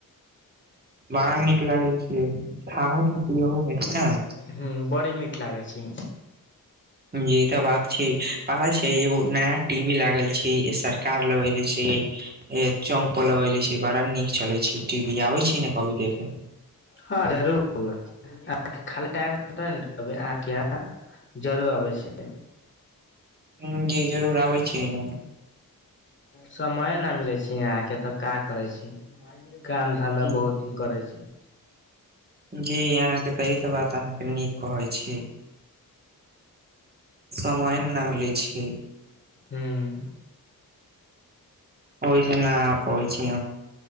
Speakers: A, on the right (about 25°); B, on the left (about 35°).
A: बाहर नीक लागै छैय खाहू मे पियहु मे छै ने
B: हुॅं बड़ी मीठ लागै छी
A: जी ई तऽ बात छै पता छै एगो नया टीवी लागल छै जी सरकार लगे छै चौंक लगले छै बड़ा नीक चले छै टि कभी आबै छीयै ने कभी देखे
B: हँ जरुर खाली टाइम <unintelligible> जरूर अबै छीयै
A: ह जी जरूर आबै छीयै न
B: समये न मिलै छै यहाँ के तऽ का करै छै काम धंधा
A: हम्म,
B: बहुत <unintelligible> करै छै
A: जी अहाँके त ई त बात अहाँके नीक कहै छी समय ने नह मिलै छै
B: हूँ
A: ओहिसँ न आ पबै छी